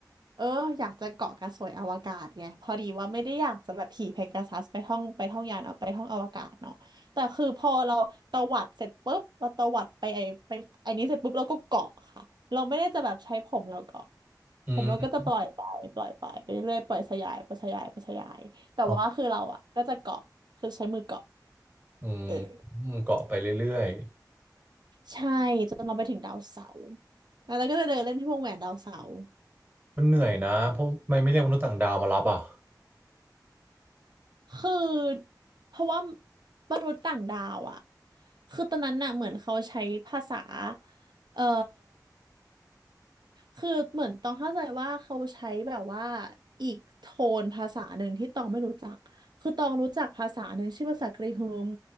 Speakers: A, on the right; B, on the right.
A: เอออยากจะเกาะกระสวยอวกาศไงพอดีว่าไม่ได้อยากจะแบบขี่เพกาซัสไปท่องไปท่องยานเอาไปท่องอวกาศเนาะแต่คือพอเราตวัดเสร็จปุ๊บเราตวัดไปไอไปไอนี้เสร็จปุ๊บเราก็เกาะค่ะเราไม่ได้จะแบบใช้ผมเราเกาะ
B: อืม
A: ผมเราก็จะปล่อยไปปล่อยไปไปเรื่อยๆปล่อยสยายปล่อยสยายปล่อยสยายแต่ว่าคือเราอะก็จะเกาะคือใช้มือเกาะ
B: อ๋ออืม
A: เออ
B: อืมเกาะไปเรื่อย
A: ใช่จนเราไปถึงดาวเสาร์แล้วเราก็จะเดินเล่นที่วงแหวนดาวเสาร์
B: ๆมันเหนื่อยนะ เพราะทำไม่ไม่เรียกมนุษย์ต่างดาวมารับอ่ะ
A: คือเพราะว่ามนุษย์ต่างดาวอ่ะคือตอนนั้นน่ะเหมือนเขาใช้ภาษาเอ่อคือเหมือนต้องเข้าใจว่าเขาใช้แบบว่าอีกโทนภาษาหนึ่งที่ตองไม่รู้จักคือตองรู้จักภาษาหนึ่งชื่อภาษากรีฮึม